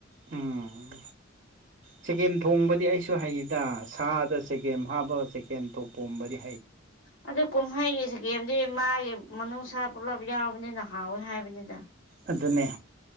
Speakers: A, on the right; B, on the left.
A: ꯎꯝ ꯆꯒꯦꯝ ꯊꯣꯡꯕꯗꯤ ꯑꯩꯁꯨ ꯍꯩꯗ ꯁꯥꯗ ꯆꯒꯦꯝ ꯍꯥꯞꯄ ꯆꯒꯦꯝ ꯊꯄꯣꯝꯕꯗꯤ
B: ꯑꯗꯨꯗ ꯀꯨꯃꯍꯩ ꯆꯥꯒꯦꯝ ꯗꯤ ꯃꯥꯒꯤ ꯃꯅꯨꯡꯅꯨꯡꯁꯥ ꯄꯨꯜꯂꯞ ꯌꯥꯎꯕꯅꯤꯅ ꯍꯥꯎꯋꯦ ꯍꯥꯏꯕꯅꯤꯗꯥ
A: ꯑꯗꯨꯅꯦ